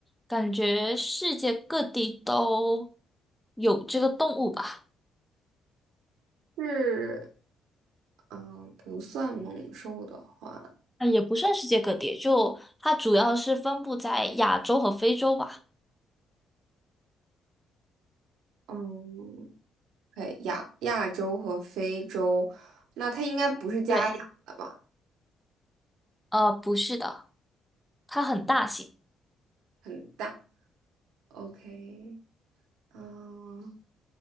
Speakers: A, in the centre; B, on the right (about 85°).
A: 感觉世界各地都有这个动物吧？
B: 是，嗯，不算猛兽的话，
A: 呃，也不算世界各地，就它主要是分布在亚洲和非洲吧？
B: 嗯，对，亚亚洲和非洲，那它应该不是家养的吧？
A: 对，呃，不是的，它很大型。
B: 很大。OK，嗯，